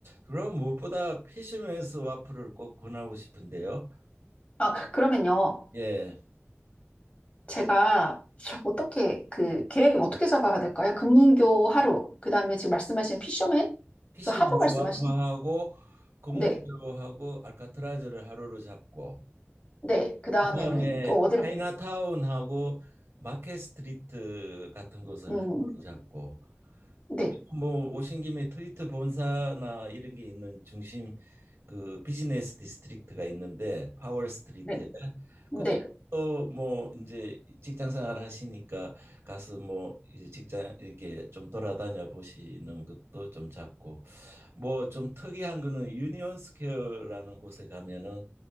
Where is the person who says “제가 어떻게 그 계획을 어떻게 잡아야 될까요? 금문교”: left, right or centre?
Left